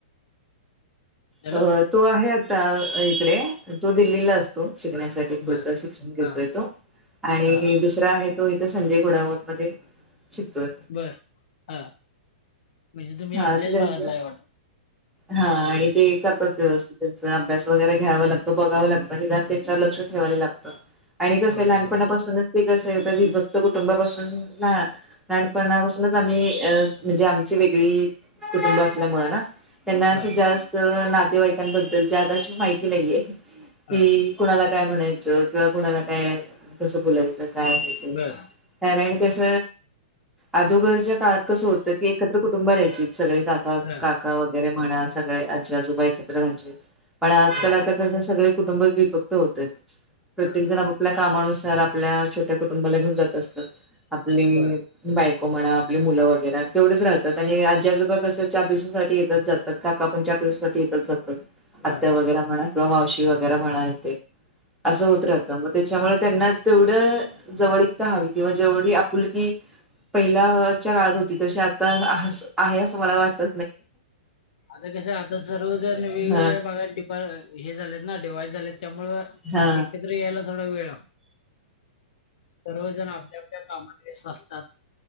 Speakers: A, on the left (about 60°); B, in the centre.
A: हॅलो
B: अ तू आहे आता इकडे तू दिल्लीला असतो शिकण्यासाठी पुढचं
A: बर.
B: शिक्षण घेतो
A: हा
B: येतो आणि
A: हा
B: दुसरा आहे तो संजय घोडावत मध्ये शिकतोय
A: बर हा म्हणजे तुम्ही
B: हा
A: आपल्याच
B: ते त्यांचं
A: भागातला आहे वाट
B: हा आणि ते करतात व्यवस्थित त्यांचा अभ्यास वगैरे घ्यावा लागतो बघावं लागतं हेण त्याच्यावर लक्ष ठेवायला लागतं आणि कसं
A: होय
B: लहानपणापासूनच
A: बर
B: ते कसं आहे विभक्त कुटुंबापासून लहानपणापासूनच आम्ही अ म्हणजे आमचे व कुुंब असल्या मु ना त्यांना
A: बर
B: अस जास्त नातेवाईकांबद्दल माहिती नाहीये, की
A: हा.
B: कणाला काय म्हणायच किंवा कुणाला काय कस बोलायचं काय ते
A: बर
B: कारण कस अदोगरच्या काळात कसं होत, की एकत्र कुटुंब राहायची सगळे का
A: हा
B: काका वगैरे म्हणा सगळे आजी आजोबा एकत्र राहायचे. पण आजकाल
A: बर
B: आता कस सगळे कुटुंब विभक्त होतात, प्रत्येक
A: हा.
B: जण आपल्या कामानुसार आपल्या छोट्या कुटुंबाला घेऊन जात असतात, आपली
A: बर
B: बाईको म्हणा आपले मुलं वगैरे तेवढेच राहतात, आणि
A: हा.
B: आज आजोबा स चार दिवसा येत जातात, काका पण चार दिवसासाठी येत जातात, आत्या
A: बर
B: वगैरे म्हणा किंवा मावशी व <unintelligible> असा
A: हा.
B: होत राहत त्याच्यामुळे त्यांना तेवढ जवळीकता हवी किंवा जेवढी आपुलकी पहिल्याच्या काळात होती तशी आता आहे असं मला वाट
A: आता कस आता सर्व जण वेगवेगळ्यागा
B: हा
A: हे झालेत ना डिवाईस झालेत त्यामु
B: हा
A: एकत्र यायला थोडा वेळ सर्वजण आपल्या आपल्या कामात वेस असतात.